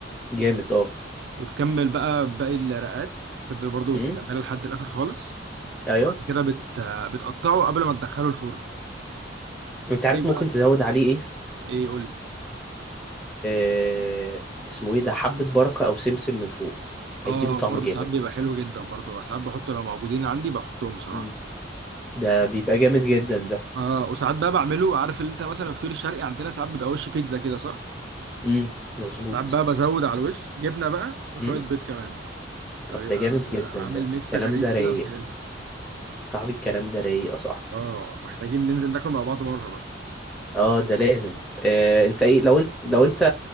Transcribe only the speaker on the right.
وبتكمل بقى باقي الرقات تفضل برضو
تكملها لحد الاخر خالص
وبعد كده بت... بتقطعه قبل ما تدخله الفرن
ايه بقى
ايه قول لي
اه
برضو
ساعات بيبقى حلو جدا برضو ساعات بحطه لو موجودين عندي بحطهم بصراحة
اه وساعات بقى بعمله عارف اللي انت مثلا في الفطير الشرقي عندنا ساعات بيبقى وش بيتزا كده صح
ساعات بقى بزود على الوش جبنة بقى وشوية
بيض كمان
فبيبقى
عامل
ميكس
غريب
كده
بس حلو
اه محتاجين ننزل ناكل مع بعض مرة بقى